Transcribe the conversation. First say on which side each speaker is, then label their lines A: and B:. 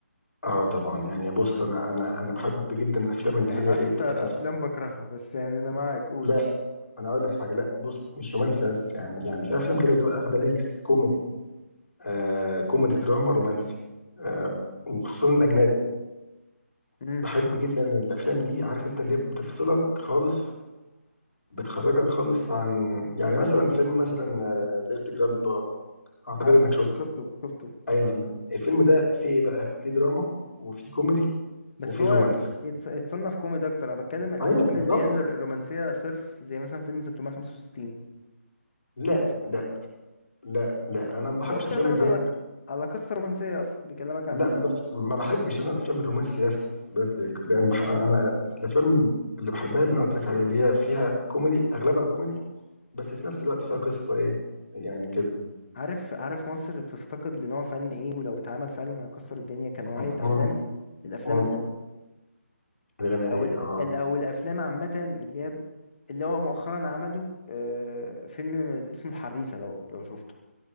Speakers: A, on the left; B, on the left.
A: اه طبعا يعني بص انا انا انا بحب جدا الافلام
B: انا
A: اللي هي
B: اكتر
A: ايه بتبقى
B: افلام بكرهها بس يعني انا معاك قول
A: لا انا اقول لك حاجه لا بص مش رومانسي بس يعني يعني في افلام كده بتبقى واخده ميكس كوميدي آه كوميدي دراما رومانسي آه وخصوصا الاجنبي
B: امم
A: بحب جدا الافلام دي عارف انت اللي هي بتفصلك خالص بتخرجك خالص عن يعني مثلا فيلم مثلا ديرتي جراند با اعتقد
B: عارفه
A: انك شفته
B: شفته شفته
A: ايوه الفيلم ده فيه ايه بقى فيه دراما وفيه كوميدي
B: بس
A: وفيه
B: هو
A: رومانس
B: يتص- يتصنف كوميدي اكتر انا بتكلم الافلام
A: ايوه بالظبط
B: اللي هي الر- الرومانسية صرف زي مثلا فيلم 365
A: لا
B: لو شفته
A: لا لا لا انا ما بحبش
B: لو بتعتمد
A: افلام اللي
B: على
A: هي-
B: على قصة رومانسية أصلا بيكلمك
A: لا
B: عن
A: ما ما بحبش انا الافلام الرومانسي بس بس لان بح... انا الافلام اللي بحبها اللي انا قلت لك عليها اللي هي فيها كوميدي اغلبها كوميدي بس في نفس الوقت فيها قصه ايه يعني كده
B: عارف عارف مصر بتفتقد لنوع فن إيه ولو اتعمل فعلا هيكسر الدنيا كنوعية
A: اه اه
B: أفلام الأفلام
A: أه.
B: الغنائية
A: الغنائيه
B: أو ال...
A: اه
B: ال- أو الأفلام عامة اللي هي اللي هو مؤخرا عمله آه، فيلم اسمه الحريفة لو لو شفته